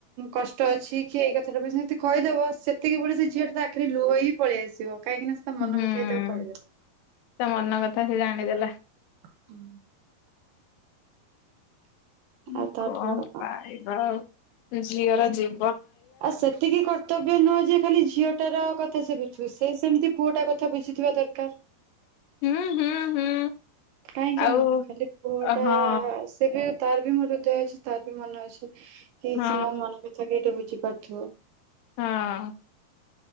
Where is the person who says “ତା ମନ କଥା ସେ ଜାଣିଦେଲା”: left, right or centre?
Left